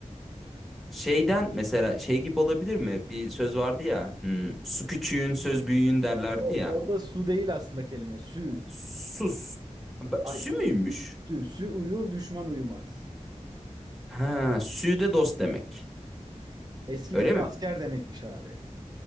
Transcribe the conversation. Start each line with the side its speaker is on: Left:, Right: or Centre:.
Centre: Şeyden mesela şey gibi olabilir mi? Bir söz vardı ya. hmm, su küçüğün söz büyüğün derlerdi
Right: O,
Centre: ya.
Right: orada su değil aslında kelime. Sü.
Centre: Sus. Ba-
Right: Hayır.
Centre: Sü müymüş?
Right: Sü. Sü uyur düşman uyumaz.
Centre: Ha, sü de dost demek.
Right: Eski
Centre: Öyle
Right: dilde
Centre: mi?
Right: asker demekmiş abi.